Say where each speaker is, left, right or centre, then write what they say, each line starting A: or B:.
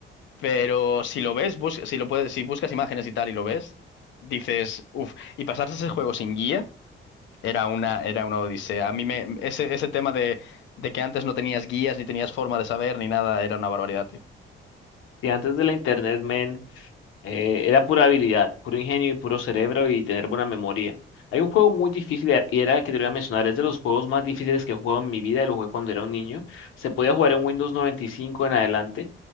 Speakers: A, on the left; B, on the left.
A: Pero si lo ves, bus- si lo puedes, si buscas imágenes y tal y lo ves, dices, uff, y pasarse ese juego sin guía era una, era una odisea. A mí me, ese, ese tema de, de que antes no tenías guías, ni tenías forma de saber, ni nada, era una barbaridad, tío.
B: Y antes de la internet, men, eh, era pura habilidad, puro ingenio y puro cerebro y tener buena memoria. Hay un juego muy difícil eh, y era el que te voy a mencionar, es de los juegos más difíciles que he jugado en mi vida, lo jugué cuando era un niño. Se podía jugar en Windows 95 en adelante